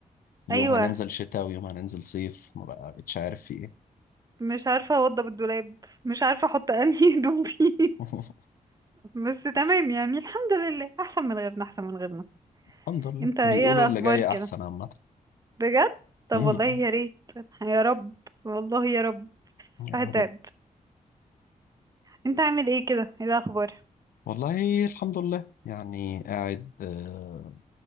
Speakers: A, on the left (about 80°); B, on the right (about 25°).
A: يوم
B: ايوه
A: هننزل شتاء ويوم هننزل صيف ما بقتش عارف في ايه
B: مش عارفة اوضب الدولاب مش عارفة احط انهي هدوم فيه <laughs>
A: <laughs>
B: بس تمام يعني الحمد لله احسن من غيرنا احسن من غيرنا
A: الحمد لله
B: انت ايه
A: بيقولوا
B: الاخبار
A: اللي جاي
B: كده
A: احسن عامه <laughs>
B: بجد طب
A: أمم.
B: والله يا ريت يا رب والله يا رب
A: يا
B: هتعب
A: رب
B: انت عامل ايه كده ايه الاخبار
A: والله الحمد لله يعني قاعد آه،